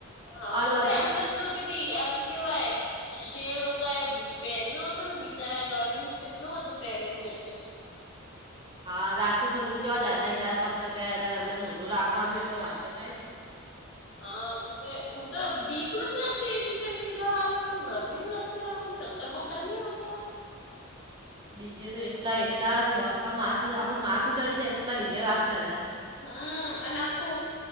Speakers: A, on the left; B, on the right.
A: હા
B: અને
A: હું
B: વરસાદ
A: તો એમને જ જોતી તી આ શું કેવાય જે લોકો એ પહેરેલું હતું ને બિચારા ગરમીનું જેટલું બધું પહેરેલું હતું
B: હા રાખતો કેવા જાડડા જાડ કપડા પહેર્યા હતા અંદર મોટું રાખવાનું એટલે વાંધ તો થાય ને
A: હા તો હું તો બીક નથી લાગતી એક વિચારતી આ લોકો ઘર ન લાગતી આ લોકો ચકરર બક્કર નહી આવતા
B: ડીજે તો એટલા એટલા બખા માથું આપડ માથું ચડી જાય એટલા ડીજે વાગતા હતા
A: હ એના ખૂબ